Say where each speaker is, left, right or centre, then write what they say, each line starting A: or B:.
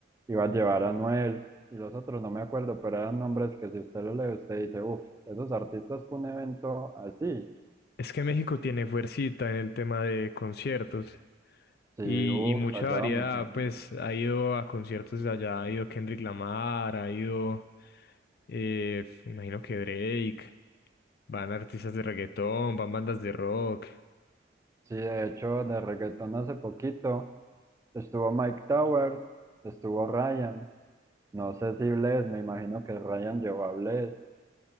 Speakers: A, on the right; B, on the left.
A: Iba a llevar a Anuel y los otros no me acuerdo, pero eran nombres que si usted lo lee, usted dice, uff, esos artistas para un evento así.
B: Es que México tiene fuercita en el tema de conciertos
A: Sí,
B: y,
A: uff,
B: y mucha
A: allá
B: variedad,
A: va mucha gente.
B: pues ha ido a conciertos de allá, ha ido Kendrick Lamar, ha ido, eh, me imagino que Drake, van artistas de reggaetón, van bandas de rock.
A: Sí, de hecho, de reggaetón hace poquito estuvo Mike Towers, estuvo Ryan. No sé si Blaze, me imagino que Ryan llevó a Blaze.